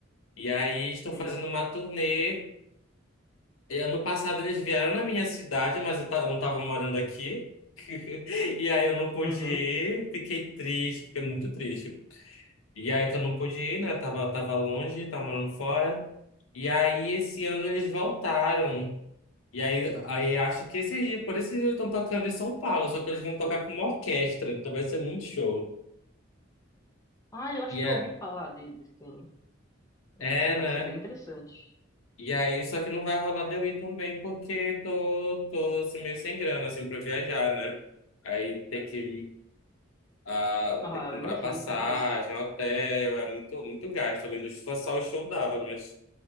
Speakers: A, on the left (about 85°); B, on the left (about 15°).
A: E aí estão
B: Sim.
A: fazendo uma turnê. E ano passado eles vieram na minha cidade, mas eu, ta- eu não tava morando aqui. <laughs> E aí eu não pude
B: Uhum.
A: ir, fiquei triste, fiquei muito triste. E aí que eu não pude ir, né? Tava, tava longe, tava morando fora. E aí esse ano eles voltaram. E aí, aí acho que esse dia, por esse dia eles estão tocando em São Paulo, só que eles vão tocar com uma orquestra, então vai ser muito show.
B: Ah, eu acho
A: E
B: que
A: é,
B: eu ouvi falar dele, sim.
A: é,
B: É, parece
A: né?
B: ser bem interessante.
A: E aí, só que não vai rolar de eu ir também, porque tô, tô assim, meio sem grana, assim, pra viajar, né? Aí tem que, ah,
B: Ah,
A: tem que
B: eu
A: comprar
B: imagino,
A: passagem,
B: mas,
A: hotel, é muito, muito gasto. Além do que só o show dava, mas